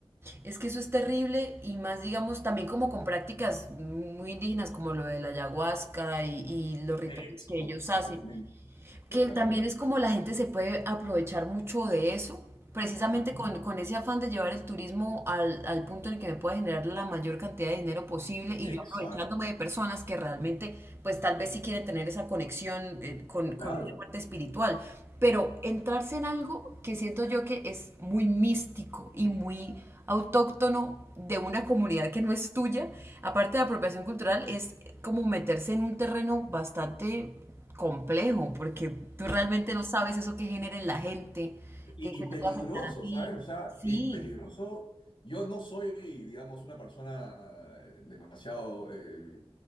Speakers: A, on the right (about 25°); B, on the left (about 60°).
A: Es que eso es terrible y más, digamos, también como con prácticas muy indígenas como lo de la ayahuasca y, y los rituales
B: Es
A: que
B: Totalmente,
A: ellos hacen.
B: totalmente.
A: que también es como la gente se puede aprovechar mucho de eso, precisamente
B: Ujú.
A: con, con ese afán de llevar el turismo al, al punto en el que me pueda generar la mayor cantidad de dinero posible y
B: Exacto,
A: yo aprovechándome de personas que realmente, pues tal vez sí quieren tener esa conexión eh, con,
B: claro.
A: con esa parte espiritual. Pero entrarse en algo que siento yo que es muy místico y muy autóctono de una comunidad que no es tuya, aparte de apropiación cultural, es como meterse en un terreno bastante complejo, porque tú realmente no sabes eso que genera en la gente,
B: Y,
A: que, que
B: y peligroso,
A: te puede afectar a ti.
B: ¿sabes? O sea,
A: Sí,
B: y peligroso. Yo no soy, digamos, una persona eh, demasiado eh,